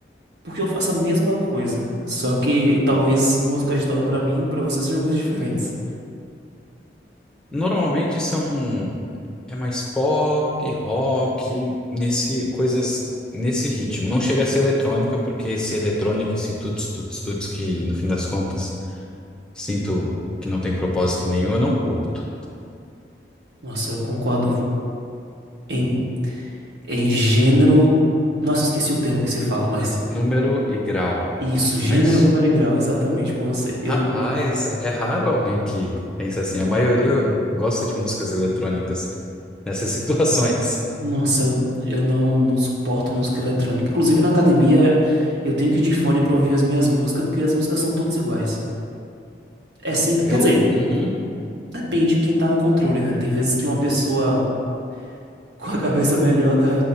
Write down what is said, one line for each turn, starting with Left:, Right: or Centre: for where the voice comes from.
Right: Porque eu faço a mesma coisa, só que talvez música agitada pra mim e pra você sejam coisas diferentes.
Centre: Normalmente são é mais pop, rock, nesse coisas nesse ritmo. Não chega a ser eletrônica, porque esse eletrônico, esse tuts tuts tuts que no fim das contas sinto que não tem propósito nenhum, eu não curto.
Right: Nossa, eu concordo em É Em gênero. Nossa, esqueci o termo que se fala, mas.
Centre: Número e grau.
Right: Isso,
Centre: Não
Right: gênero,
Centre: é isso?
Right: número e grau, exatamente com você. Eu.
Centre: Rapaz, é raro alguém que pensa assim. A maioria gosta de músicas eletrônicas nessas <laughs> situações.
Right: Nossa, eu, eu não, não suporto música eletrônica. Inclusive na academia, eu tenho que ir de fone pra ouvir as minhas músicas, porque as músicas são todas iguais. É sempre.
Centre: Eu,
Right: Quer dizer,
Centre: uhum.
Right: depende de quem tá no controle, né? Tem vezes que uma pessoa <laughs> com a cabeça melhor, da,